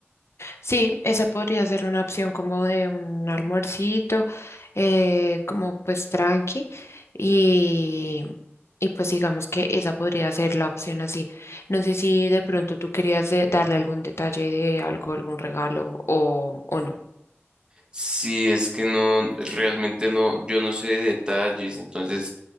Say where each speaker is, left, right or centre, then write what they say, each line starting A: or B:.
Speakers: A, on the left; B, on the right.
A: Sí, esa podría ser una opción como de un almuercito, eh, como pues tranqui y, y pues digamos que esa podría ser la opción así. No sé si de pronto tú querías de- darle algún detalle de algo, algún regalo o, o no.
B: Si es que no, realmente no, yo no sé de detalles, entonces